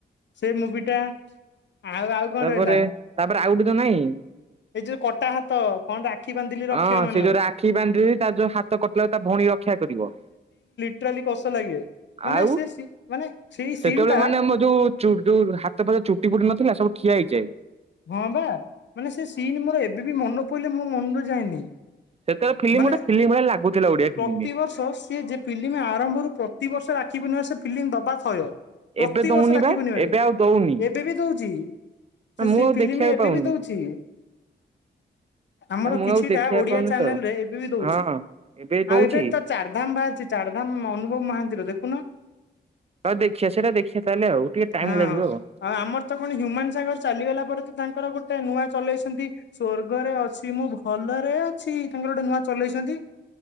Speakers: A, on the left (about 70°); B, on the right (about 35°).
A: ସେ ମୁଭିଟା ଆଉ ଆଉ କଣ
B: ତାପରେ
A: ରହିଲା?
B: ତାପରେ ଆଉକିତୁ ନାଇଁ
A: ଏଇ ଯୋଉ କଟା ହାତ କଣ ରାକ୍ଷୀ ବାନ୍ଧିଲି
B: ହଁ
A: ରଖିବ ମାନ
B: ସେ ଯୋଉ ରାକ୍ଷୀ ବାନ୍ଧିବି ତାର ଯୋଉ ହା ତ କଟିଲା ବେଳକୁ ତା ଭଉଣୀକି ରକ୍ଷା କରିବ
A: ଲିଟେରାଲି କଷ ଲାଗେ ମାନେ
B: ଆଉ
A: ସେ ସି ମାନେ ସେଇ
B: ସେତେବେଳେ
A: ସିନ୍ ଟା
B: ମାନେ ଆମ ଯୋଉ ଜୁ ଡ୍ ଯୋଉ ହାତ ଫାତ ଚୁଟି ଫୁଟି ନଥିଲା ସବୁ ଠିଆ ହେଇଯାଏ।
A: ହଁ ବା ମାନେ ସେ ସିନ୍ ମୋର ଏବେ ବି ମନେ ପଇଲେ ମୋ ମନରୁ ଯାଏନି।
B: ସେତେବେଳେ ଫିଲ୍ମ
A: ମାନେ
B: ଗୋଟେ ଫିଲ୍ମ ଭଳିଆ ଲାଗୁଥିଲା ଓଡିଆ ଫିଲ୍ମ
A: ପ୍ରତିବର୍ଷ ସିଏ ଯେ ଫିଲ୍ଲିମ୍ ଆରମ୍ଭରୁ ପ୍ରତିିବର୍ଷ ରାକ୍ଷୀ ପୂର୍ଣ୍ଣିମାରେ ସେ ଫିଲ୍ଲିମ୍ ଦବା ଥୟ। ପ୍ରତିିବର୍ଷ
B: ଏବେ ଦଉନି
A: ରାକ୍ଷୀ
B: ବା
A: ପୂର୍ଣ୍ଣିମାରେ
B: ଏବେ ଆଉ ଦଉନି।
A: ଏବେ ବି ଦଉଛି। ସେ
B: ମୁଁ
A: ସେ
B: ଆଉ
A: ଫିଲିମି
B: ଦେଖିବାକୁ
A: ଏବେ
B: ପାଉନି
A: ବି ଦଉଚି। ଆମର
B: ନା ମୁଁ
A: କିଛିଟା
B: ଆଉ ଦେଖିବାକୁ
A: ଓଡ଼ିଆ
B: ପାଉନି
A: ଚ୍ୟାନେଲ୍
B: ତ
A: ରେ ଏବେ ବି ଦଉଛି
B: ହଁ। ଦଉଛି
A: ଆଉ ଏବେ ତ ଚାରିଧାମ୍ ବାହାରିଛି ଚାରିଧାମ୍ ଅନୁଭବ ମହାନ୍ତିର ଦେଖୁନ
B: ହଉ ଦେଖିଆ ସେଇଟା ଦେଖିଆ ତାହେଲେ ଆଉ ଟିକେ ଟାଇମ୍
A: ହଁ
B: ଲାଗିବ ଆଉ।
A: ଆଉ ଆମର ତ କଣ ହ୍ୟୁମାନ୍ ସାଗର ଚାଲିଗଲା ପରେ ତ ତାଙ୍କର ଗୋଟେ ନୂଆ ଚଲେଇ ଛନ୍ତି ସ୍ଵର୍ଗରେ ଅଛି ଯେ ମୁଁ ଭଲରେ ଅଛି ତାଙ୍କର ଗୋଟେ ନୂଆ ଚଲେଇଛନ୍ତି